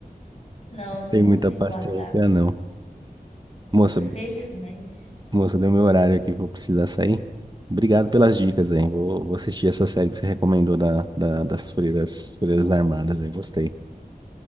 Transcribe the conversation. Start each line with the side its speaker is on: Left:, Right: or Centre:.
Left: Não, não
Right: tenho
Left: consigo
Right: muita paciência,
Left: largar.
Right: não. Moça,
Left: Infelizmente.
Right: moça, deu meu horário aqui, vou precisar sair. Obrigado pelas dicas, hein? Vou, vou assistir essa série que você recomendou da, da- das freiras, freiras armadas, eu gostei.